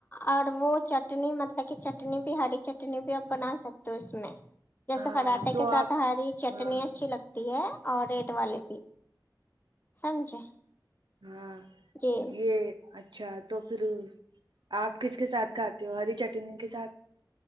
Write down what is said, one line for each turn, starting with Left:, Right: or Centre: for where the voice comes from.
Left: اور وہ چٹنی مطلب کہ چٹنی بھی ہری چٹنی بھی اپ بنا سکتے ہو اس میں جیسے
Right: ہاں
Left: پراٹھے
Right: تو
Left: کے
Right: آپ
Left: ساتھ ہری چٹنی
Right: ہاں
Left: اچھی لگتی ہے اور ریڈ والے بھی سمجھے
Right: ہاں
Left: جی
Right: یہ اچھا تو پھر آپ کس کے ساتھ کھاتے ہو ہری چٹنی کے ساتھ